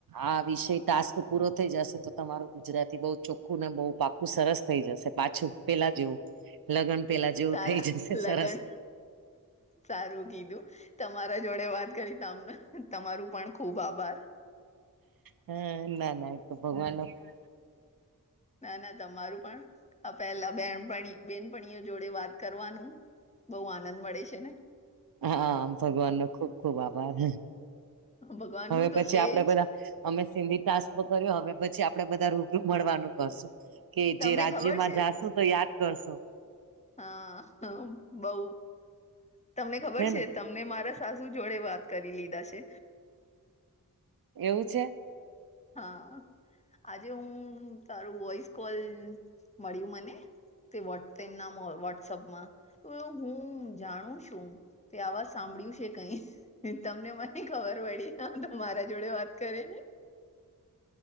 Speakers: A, on the right; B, on the left.
A: આ વિષય ટાસ્ક પૂરો થઈ જશે તો તમારું ગુજરાતી બહઉ ચોખ્ખું ને બઉુ પાપ ું સરસ થઈ જશે પાછું પેલા જેવું લગ્ન પેલા જેવું
B: સારા
A: થઈ જશે
B: લગન
A: સરસ
B: સારું કીધું તમારા જોડે વાત કરી તમને- - તમારું પણ ખુબ આભાર.
A: હા ના નાત ભગવાન- -
B: ના ના તમારું પણ આ પેલા બેન બેનપણીઓ જોડે વાત કરવાનું- - બહુ આનંદ મળે છે ને
A: હામ ભગવાન નો ખુબ ખુબ આભાર
B: ભગવાન
A: હવે
B: નું
A: પછી
B: તો છે
A: આપડે
B: જ
A: બધા અમે સિંધી ટાસ્પ કર્યો હવે પછી આપડે બધા રૂબરૂ મળવાનું કશું કે જે
B: તમને
A: રાજ્યમાં
B: ખબર છે
A: જાશુ તો યાદ કરશો
B: હા હ બઉ તમને ખબર
A: હે
B: છે
A: ને
B: તમને મારા સાસુ જોડે વાત કરી લીધા છે
A: એવું છે
B: હા આજે હું તારું વોઇસ કોલ મળ્યું મને તે તેમના વોટ્સઅપમાં તો હું જાણું છું તે આવાજ સાંભળ્યું છે કઈ તમને મને ખબર પડી તો મારા જોડે વાત કરે ને